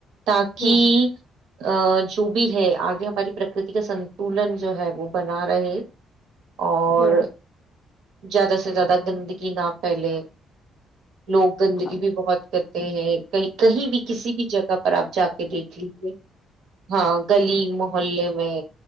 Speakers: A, on the right; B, on the left.
A: تاکہ
B: ہوں
A: ا جو بھی ہے آگے ہماری پرکرتی کا سنتولن جو ہے وہ بنا رہے اور
B: ہاں
A: زیادہ سے زیادہ گندگی نہ پھیلے لوگ گندگی
B: ہاں
A: بھی بہت کر <unintelligible> کہ کہیں بھی کسی بھی جگہ پر آپ جا کے دیکھ لیجے ہاں گلی محللے میں